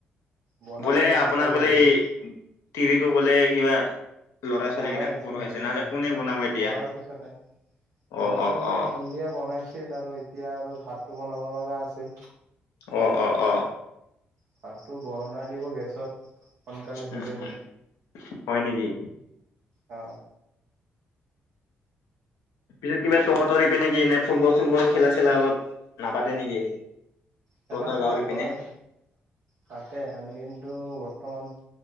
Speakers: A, on the right (about 60°); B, on the left (about 70°).
A: বনাবহে
B: বোলে আপোনাৰ
A: নটা
B: বোলে
A: বাজিলে
B: এই তিৰিটো বোলে কিবা। ল'ৰা ছোৱালী
A: পঢ়াই
B: কেইটাক
A: আছে
B: পৰিছে
A: নহয়
B: নহলে
A: অ',
B: কোনে বনাব এতিয়া।
A: পঢ়াৰ পিছতে বনাব
B: অ অ
A: মানে
B: অ
A: সন্ধিয়া বনাইছিল আৰু এতিয়া আৰু ভাতটো বনাব লগা আছে।
B: অ অ অ।
A: ভাতটো বনাই দিব গেছত সোনকালে হৈ
B: উম,
A: যাব।
B: উম, হয় নেকি?
A: অ।
B: পিছত কিবা তহঁতৰৰি পি নেকি এনেই ফুটবল চুটবল খেলা চেলা অলপ নাপাতে নেকি।
A: চেলা
B: তহঁতৰ
A: চেলা
B: গাঁৱৰ ইপিনে?
A: হয় তাতে আমি কিন্তু বৰ্তমান।